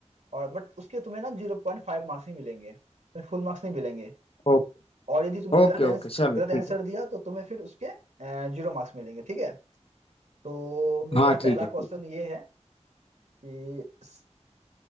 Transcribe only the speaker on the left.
ओके
ओके
ओके
चलो
ठीक
है
हाँ ठीक
है ठीक